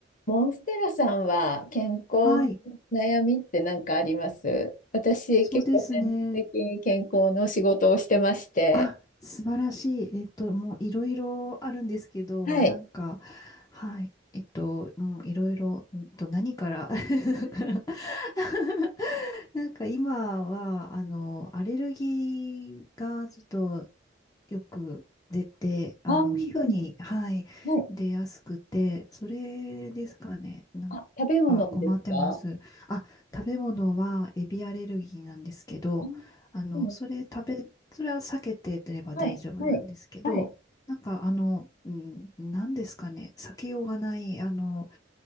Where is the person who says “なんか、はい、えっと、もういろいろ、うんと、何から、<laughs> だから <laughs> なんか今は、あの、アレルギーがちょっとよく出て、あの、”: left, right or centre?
Left